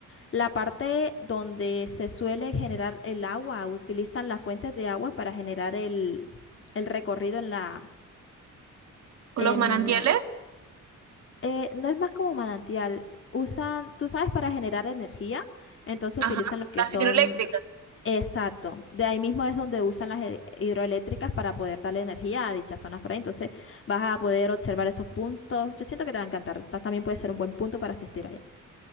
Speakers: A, on the left; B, on the right.
A: La parte donde se suele generar el agua, utilizan las fuentes de agua para generar el el recorrido en la,
B: ¿Los
A: en,
B: manantiales?
A: eh, no es más como manantial. Usan, tú sabes, para generar energía, entonces
B: Ajá,
A: utilizan lo que
B: las
A: son,
B: hidroeléctricas.
A: exacto. De ahí mismo es donde usan las he- hidroeléctricas para poder darle energía a dichas zonas por ahí. Entonces vas a poder observar esos puntos. Yo siento que te va a encantar. Pa- También puede ser un buen punto para asistir allá.